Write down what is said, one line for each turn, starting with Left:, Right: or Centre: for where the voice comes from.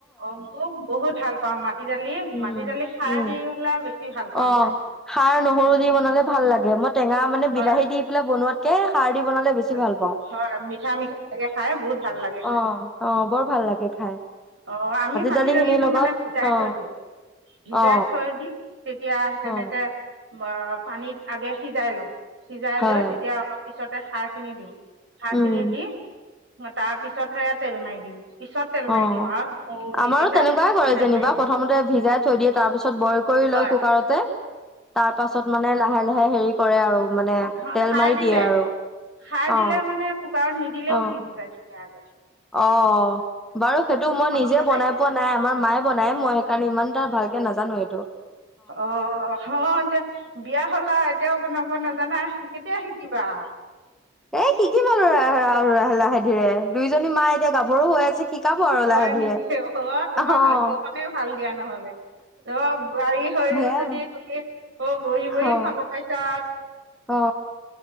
Right: অ বহুত ভাল পাও মাটি দালি
Centre: উম
Right: মাটি দালি খাৰ
Centre: উম
Right: দি পেলাই বেছি ভাল পাওঁ
Centre: অ
Right: খাই
Centre: খাৰ নহৰু দি বনালে ভাল লাগে মই টেঙা মানে
Right: হয়
Centre: বিলাহী দি পেলাই বনোৱাত কে খাৰ দি বনালে বেছি
Right: হয়
Centre: ভাল পাওঁ
Right: হয় মিঠা মিঠাকৈ খাই বহুত ভাল লাগে
Centre: অ অ বৰ ভাল লাগে খাই।
Right: অ আমি মাটি
Centre: দালি
Right: দালিটো
Centre: খিনিৰ লগত
Right: মানে সিজাই
Centre: অ
Right: থৈ দিম সিজাই
Centre: অ
Right: থৈ দি তেতিয়া তেনেকে
Centre: অ
Right: বা পানীত আগে সিজাই লওঁ সিজাই
Centre: হয়
Right: লৈ তেতিয়া অলপ পিছতে খাৰ খিনি দিওঁ খাৰ
Centre: উম
Right: খিনি দি তাৰ পিছতহে তেল মাৰি দিওঁ পিছত তেল মাৰি দি
Centre: অ'
Right: দিওঁ আৰু নহৰু
Centre: আমাৰো
Right: কেনে
Centre: তেনেকোৱাই কৰে
Right: তেল
Centre: যেনিবা
Right: মাৰি দিওঁ
Centre: প্ৰথমতে ভিজাই থৈ দিয়ে তাৰপিছত বইল কৰি
Right: হয়
Centre: লয় কুকাৰতে তাৰ পাছত মানে লাহে লাহে। <unintelligible> মানে
Right: হ
Centre: তেল
Right: খাৰ
Centre: মাৰি
Right: দিলে
Centre: দিয়ে আৰু
Right: খাৰ
Centre: অ
Right: দিলে মানে কুকাৰত নিদিলেও
Centre: অ
Right: সিজি জাইছুন আগে।
Centre: অ বাৰু সেইটো মই
Right: প্ৰথমতে
Centre: নিজে বনাই পোৱা নাই আমাৰ মায়ে বনাই মই সেইকাৰণে ইমান তা ভালকে নাজানো সেইটো।
Right: অ অ এতিয়া বিয়া হল আৰু এতিয়াও বনাব নাজানা কেতিয়া শিকিবা আৰু
Centre: এ শিকিম আৰু ল ল লাহে ধীৰে দুইজনী মা এতিয়া গাভৰুো হৈ আছে শিকাব আৰু
Right: হয়
Centre: লাহে ধীৰে
Right: নেকি অ তোমাৰ
Centre: অ'।
Right: ভাগ্যখনে ভাল। দিয়া নহয়। অ বোৱাৰী হৈও
Centre: সেয়াই।
Right: যদি তুমি বহি বহি
Centre: অ'
Right: খাব পাইছা।
Centre: অ